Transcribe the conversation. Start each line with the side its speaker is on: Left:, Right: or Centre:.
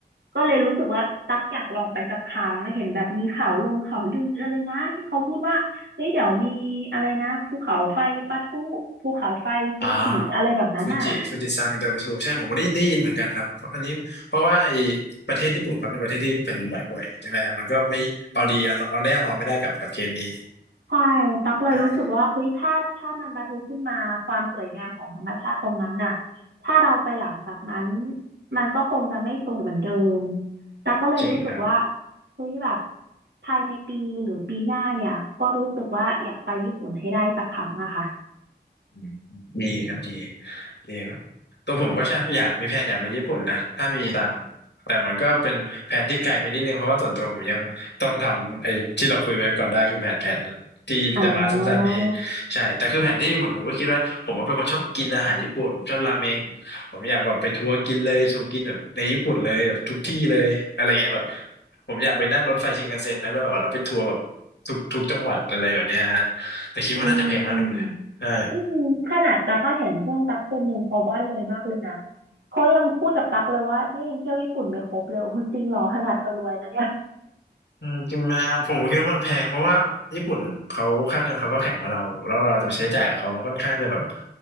Right: ก็เลยรู้สึกว่าตักอยากลองไปสักครั้งเห็นแบบมีข่าวลงข่าวลืออะไรนะที่เขาพูดว่าเฮ้ยเดี๋ยวมีอะไรนะภูเขาไฟปะทุภูเขาไฟฟูจิอะไรแบบนั้นอ่ะ
Left: อ่าฟูจิฟูจิซังอินเตอร์มิสูใช่ผมก็ได้ได้ยินเหมือนกันครับเพราะอันนี้เพราะว่าไอ้ประเทศญี่ปุ่นเขาเป็นประเทศที่แผ่นดินไหวบ่อยใช่ไหมฮะมันก็ไม่เอาดีเอาเอาแน่นอนไม่ได้กับกับเคสนี้
Right: ใช่ตักเลยรู้สึกว่าเฮ้ยถ้าถ้ามันปะทุขึ้นมาความสวยงามของธรรมชาติตรงนั้นน่ะ
Left: ใช่
Right: ถ้าเราไปหลังจากนั้นมันก็คงจะไม่สวยเหมือนเดิมตักก็เลยรู้สึกว่า
Left: จริงครับ
Right: เฮ้ยแบบภายในปีหรือปีหน้าเนี่ยก็รู้สึกว่าอยากไปญี่ปุ่นให้ได้สักครั้งอะค่ะ
Left: อืมดีครับดีดีครับตัวผมก็ใช่อยากมีแผนอยากไปญี่ปุ่นนะถ้ามีตังค์แต่มันก็เป็นแผนที่ไกลไปนิดนึงเพราะว่าส่วนตัวผมยังต้องทำไอ้ที่เราคุยไว้ก่อนได้คือแผนแผนที่แต่มาสั้นๆนี้
Right: อ่า
Left: ใช่แต่คือแผนที่ญี่ปุ่นผมก็คิดไว้ผมว่าเป็นคนชอบกินอาหารญี่ปุ่นผมชอบราเมงผมอยากแบบไปทัวร์กินเลยทัวร์กินแบบในญี่ปุ่นเลยแบบทุกที่เลยอะไรเงี้ยแบบผมอยากไปนั่งรถไฟชินคันเซ็นแล้วแบบเราไปทัวร์แบบทุกทุกจังหวัดอะไรแบบเนี้ยฮะแต่คิดว่าน่าจะแพงน่าดูเลยใช่
Right: จริงอืมขนาดตักก็เห็นเพื่อนตักคนหนึ่งเขาบ้านรวยมากเลยนะเขายังพูดกับตักเลยว่าเนี่ยยังเที่ยวญี่ปุ่นไม่ครบเลยโอ้จริงเหรอขนาดเธอรวยนะเนี่ย
Left: อืมจริงมาผมก็คิดว่ามันแพงเพราะว่าญี่ปุ่นเขาค่าเงินเขาก็แข็งกว่าเราแล้วเราจะไปใช้จ่ายกับเขามันค่อนข้างจะแบบ